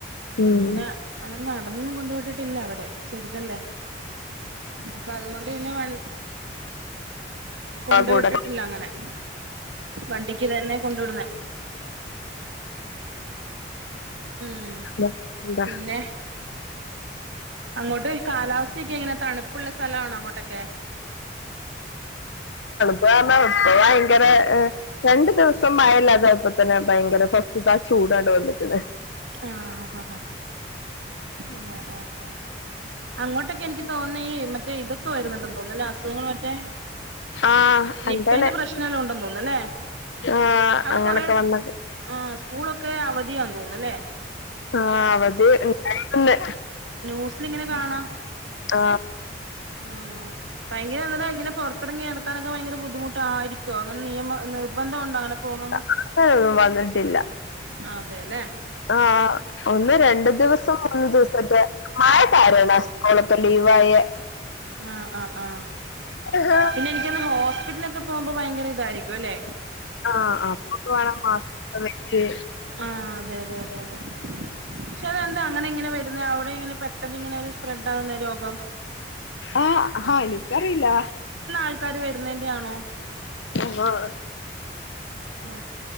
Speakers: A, on the left; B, on the right.
A: ഉം
B: പിന്ന അങ്ങനെ നടന്നൊന്നും കൊണ്ട് വിട്ടിട്ടില്ല അവടെ ചെറുതല്ലേ. അപ്പ അതുകൊണ്ട് പിന്നെ വൺ കൊണ്ട്
A: ആ കൂടെ
B: വിട്ടിട്ടില്ല അങ്ങനെ വണ്ടിക്ക് തന്നെ കൊണ്ട് വിടുന്നേ. ഉം
A: എന്താ
B: പിന്നെ അങ്ങോട്ട് കാലാവസ്ഥക്കെ എങ്ങനെ. തണുപ്പുള്ള സ്ഥലാണോ അങ്ങോട്ടൊക്കെ.
A: <unintelligible> ഭയങ്കര രണ്ടു ദിവസം മഴയില്ലാതായപ്പോ തന്നെ ഭയങ്കര ഫസ്റ്റത്തെ ആ ചൂടാണ്ടൊ വന്നിക്ക്ണ.
B: ആഹ് ഹ ഹ ഹ ആ ആ ആ അങ്ങോട്ടൊക്കെ എനിക്ക് തോന്നേ മറ്റേ ഇതൊക്കെ വരുന്നുണ്ട്. തോന അസുഖങ്ങള് മറ്റേ
A: ആഹ്
B: നിപ്പേന്റെ
A: എന്താണ്
B: പ്രശ്നെല്ലാം ഉണ്ടന്ന്തോന്നല്ലേ.
A: ആഹ്
B: അവിടെ
A: അങ്ങനൊക്കെ
B: കൊറേ
A: വന്നത്
B: ആ സ്കൂളൊക്കെ അവധിയ തോന്നല്ലേ.
A: ആ അവധി ഇണ്ട്
B: നൂസിലിങ്ങനെ കാണാ
A: ആ.
B: ആ ഭയങ്കര നല്ലതാ ഇങ്ങനെ പുറത്തിറങ്ങി നടക്കാനൊക്കെ ഭയങ്കര ബുദ്ധിമുട്ട്. ആയിരിക്കോ അങ്ങനെ നിയമ നിർബന്ധം ഉണ്ടോ അങ്ങനെ പോകാ
A: <unintelligible> വന്നിട്ടില്ല.
B: ആ അതെ അല്ലെ.
A: ആഹ ഒന്ന് രണ്ട്. ദിവസം മൂന്ന് ദിവസൊറ്റെ മായെ. കാരണം അവളക്കെ ലീവായെ.
B: ആ ആ ആ.
A: ആഹ്
B: പിന്നെ എനിക്കൊന്ന് ഹോ <unintelligible> <unintelligible> പോകുമ്പ ഭയങ്കര ഇതായിരിക്കും അല്ലെ.
A: ആ അപ്പപോണം മാസ്ക് ഒക്കെ വെച്ച്.
B: ആഹ് അതെ <inaudible> <unintelligible> പക്ഷെ എന്താ അങ്ങനെ ഇങ്ങനെ വരുന്ന അവിടെങ്ങനെ. പെട്ടെന്ന് ഇങ്ങനെ ഒരു സ്പ്രെഡ് ആകുന്നരോ അം <unintelligible>
A: ആ ഹായ് നിക്കറിയില്ല.
B: ആൾക്കാര് വരുന്നതിന്റെ ആണോ.
A: ആഹ
B: ആ